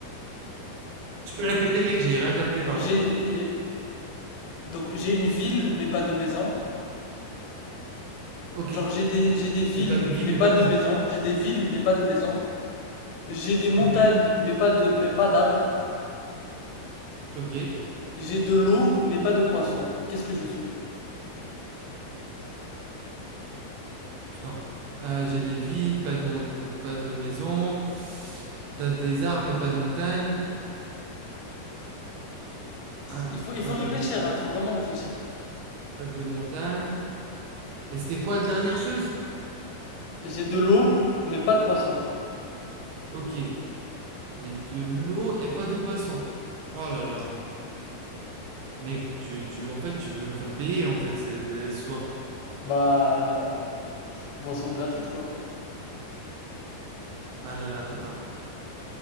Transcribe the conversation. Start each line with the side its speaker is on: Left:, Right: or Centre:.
Right: Tu peux répéter, mec, j'ai rien capté, pardon?
Left: J'ai, Donc j'ai une ville mais pas de maison.
Right: OK.
Left: Genre
Right: Et
Left: j'ai des j'ai des villes
Right: t'as une ville,
Left: mais
Right: mais
Left: pas
Right: pas de
Left: de
Right: maison.
Left: maison. J'ai des villes mais pas de maison. J'ai des montagnes
Right: OK,
Left: mais pas de mais pas d'arbres.
Right: OK.
Left: J'ai de l'eau mais pas de poissons. Qu'est-ce que je suis?
Right: Putain. Euh, j'ai des villes, pas de mon- euh, pas de maison. T'as des arbres, mais pas de montagne. Hein,
Left: Il faut il
Right: pas
Left: faut réfléchir,
Right: de mon-
Left: hein, il faut vraiment réfléchir.
Right: pas de montagne. Et c'était quoi la dernière chose?
Left: J'ai de l'eau mais pas de poissons.
Right: Ok. J'ai de l'eau et pas de poisson. Oh
Left: C'est ça.
Right: là là. Mec, tu, tu, en fait, tu veux me faire payer, en fait, ce, ce soir.
Left: Bah boisson gratuite quoi.
Right: Ah là là, tata.